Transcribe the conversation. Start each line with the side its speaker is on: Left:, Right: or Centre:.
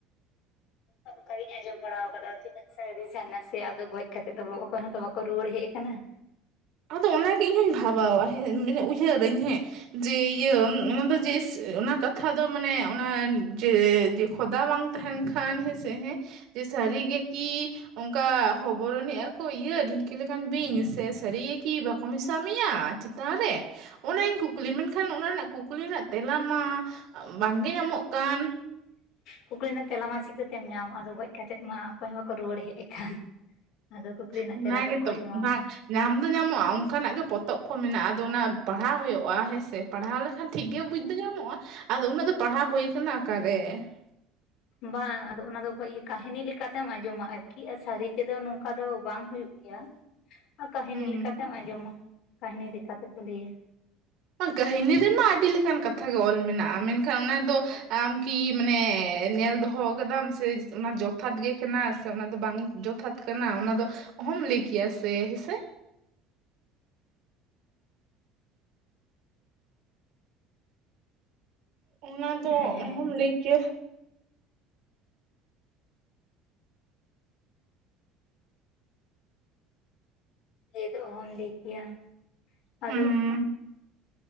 Left: ᱦᱮᱸ ᱚᱱᱠᱟᱜᱤᱧ ᱟᱸᱡᱚᱢ ᱵᱟᱲᱟ ᱠᱟᱫᱟ ᱛᱤᱱᱟᱹᱜ ᱥᱟᱨᱤ ᱥᱮ ᱟᱫᱚ ᱜᱚᱡ ᱠᱟᱛᱮᱮᱫ ᱫᱚ ᱚᱠᱚᱭ ᱦᱚᱸᱛᱚ ᱵᱟᱠᱚ ᱨᱩᱣᱟᱹᱲ ᱦᱮᱡ ᱟᱠᱟᱱᱟ ᱾
Right: ᱟᱫᱚ ᱚᱱᱟᱜᱮ ᱤᱧᱦᱚᱧ ᱵᱷᱟᱵᱟᱣᱟ ᱦᱮ ᱢᱟᱱᱮ ᱩᱭᱦᱟᱹᱨᱟᱹᱧ ᱦᱮᱸ ᱾ ᱡᱮ ᱤᱭᱟᱹ ᱚᱱᱟ ᱫᱚ ᱡᱮ ᱚᱱᱟ ᱠᱟᱛᱷᱟ ᱫᱚ ᱢᱟᱱᱮ ᱚᱱᱟ ᱡᱮ ᱠᱷᱚᱫᱟ ᱵᱟᱝ ᱛᱟᱦᱟᱱ ᱠᱷᱟᱱ ᱦᱮ ᱥᱮ ᱦᱮ ᱡᱮ ᱥᱟᱨᱤ ᱜᱮ ᱠᱤ ᱚᱱᱠᱟ ᱦᱚᱵᱚᱨᱚᱱᱤᱡ ᱟᱠᱚ ᱠᱚ ᱤᱭᱟᱹ ᱰᱷᱤᱝᱠᱤ ᱞᱮᱠᱟᱱ ᱵᱤᱧ ᱥᱮ ᱥᱟᱹᱨᱤ ᱠᱤ ᱵᱟᱠᱚ ᱢᱮᱥᱟ ᱢᱮᱭᱟ ᱪᱮᱛᱟᱱ ᱨᱮ ᱚᱱᱟᱧ ᱠᱩᱠᱞᱤ ᱢᱮᱱᱠᱷᱟᱱ ᱚᱱᱟ ᱨᱮᱱᱟᱜ ᱠᱩᱠᱞᱤ ᱨᱮᱱᱟᱜ ᱛᱮᱞᱟ ᱢᱟ ᱵᱟᱝᱜᱮ ᱧᱟᱢᱚᱜ ᱠᱟᱱ ᱾
Left: ᱠᱩᱠᱞᱤ ᱨᱮᱱᱟᱜ ᱛᱮᱞᱟ ᱢᱟ ᱪᱤᱠᱟᱹᱛᱮᱢ ᱧᱟᱢ ᱟᱫᱚ ᱜᱚᱡ ᱠᱟᱛᱮ ᱢᱟ ᱚᱠᱚᱭ ᱦᱚᱸ ᱵᱟᱠᱚ ᱨᱩᱣᱟᱹᱲ ᱦᱮᱡ ᱟᱠᱟᱱ ᱾ ᱟᱫᱚ ᱠᱩᱠᱞᱤ ᱨᱮᱱᱟᱜ
Right: ᱚᱱᱟ
Left: ᱛᱮᱞᱟ ᱫᱚ
Right: ᱜᱮᱛᱚ
Left: ᱚᱠᱚᱭ ᱮᱢᱟᱢᱟ
Right: ᱵᱟᱝ
Left: ᱾
Right: ᱧᱟᱢ ᱫᱚ ᱧᱟᱢᱚᱜᱼᱟ ᱚᱱᱠᱟᱱᱟᱜ ᱜᱮ ᱯᱚᱛᱚᱵ ᱠᱚ ᱢᱮᱱᱟᱜᱼᱟ ᱟᱫᱚ ᱚᱱᱟ ᱯᱟᱲᱦᱟᱣ ᱦᱩᱭᱩᱜᱼᱟ ᱦᱮᱸ ᱥᱮ ᱾ ᱯᱟᱲᱦᱟᱣ ᱞᱮᱠᱷᱟᱱ ᱴᱷᱤᱠ ᱜᱮ ᱵᱩᱡᱽ ᱫᱚ ᱧᱟᱢᱚᱜᱼᱟ ᱟᱫᱚ ᱩᱱᱟᱹᱜ ᱫᱚ ᱯᱟᱲᱦᱟᱣ ᱦᱩᱭ ᱟᱠᱟᱱᱟ ᱚᱠᱟᱨᱮ ᱾
Left: ᱵᱟᱝ ᱟᱫᱚ ᱚᱱᱟᱫᱚ ᱠᱟᱹᱦᱱᱤ ᱞᱮᱠᱟᱛᱮᱢ ᱟᱸᱡᱚᱢᱟ ᱟᱨᱠᱤ ᱥᱟᱹᱨᱤ ᱛᱮᱫᱚ ᱱᱚᱝᱠᱟ ᱫᱚ ᱵᱟᱝ ᱦᱩᱭᱩᱜ ᱾ ᱞᱟ. ᱭᱟ ᱟᱨ ᱠᱟᱹᱦᱱᱤ
Right: ᱦᱩᱸ
Left: ᱞᱮᱠᱟᱛᱮᱢ ᱟᱸᱡᱚᱢᱟ ᱠᱟᱹᱦᱱᱤ ᱞᱮᱠᱟ ᱛᱮᱠᱚ ᱞᱟᱹᱭᱟ
Right: ᱠᱟᱹᱦᱤᱱᱤ ᱨᱮᱢᱟ ᱟᱹᱰᱤ ᱞᱮᱠᱟᱱ ᱠᱟᱛᱷᱟ ᱜᱮ ᱚᱞ ᱢᱮᱱᱟᱜᱼᱟ ᱢᱮᱱᱠᱷᱟᱱ ᱚᱱᱟ ᱫᱚ ᱟᱢ ᱠᱤ ᱢᱟᱱᱮ ᱧᱮᱞ ᱫᱚᱦᱚ ᱟᱠᱟᱫᱟᱢ ᱥᱮ ᱚᱱᱟ ᱡᱚᱛᱷᱟᱛ ᱜᱮ ᱠᱟᱱᱟ ᱥᱮ ᱚᱱᱟ ᱫᱚ ᱵᱟᱝ ᱡᱚᱛᱷᱟᱛ ᱠᱟᱱᱟ ᱚᱱᱟ ᱫᱚ ᱚᱦᱚᱢ ᱞᱟᱹᱭ ᱠᱮᱭᱟ ᱥᱮ ᱦᱮᱸᱥᱮ ᱚᱱᱟ ᱫᱚ
Left: ᱦᱮᱸ ᱦᱮᱸ
Right: ᱚᱦᱚᱢ ᱞᱟᱹᱭ ᱠᱮᱭᱟ
Left: ᱞᱟᱹᱭ ᱫᱚ ᱚᱦᱚᱧ ᱞᱟᱹᱭ ᱠᱮᱭᱟ ᱟᱫᱚ
Right: ᱦᱩᱸ
Left: ᱾